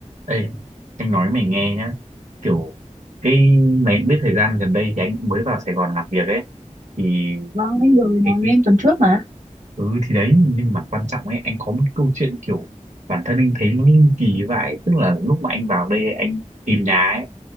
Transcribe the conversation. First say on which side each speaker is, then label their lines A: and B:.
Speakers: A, on the right; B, on the right.
A: Ê, anh nói mày nghe nhá kiểu cái mày cũng biết thời gian gần đây thì anh cũng mới vào Sài Gòn làm việc ấy thì
B: Vâng, anh vừa mới nói
A: cái,
B: với
A: cái
B: em tuần trước mà.
A: ừ thì đấy nhưng mà quan trọng ấy anh có một cái câu chuyện kiểu bản thân anh thấy nó ly kỳ vãi tức là lúc mà anh vào đây anh tìm nhà ấy